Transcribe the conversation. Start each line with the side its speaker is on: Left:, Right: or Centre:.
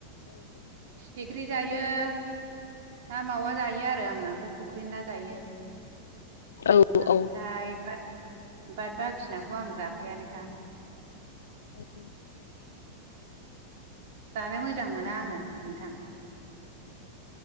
Right: फिथिख्रि जायो ना मावा जायो आरो आङो ओमफ्राय फुख्रि ना जायो‌।
Left: औ
Right: ओमफ्राय
Left: औ
Right: बाद बाद बाखिनाखौ आं जाखायानोखा
Left: औ
Right: जानो मोजां मोना आङो नोंथां।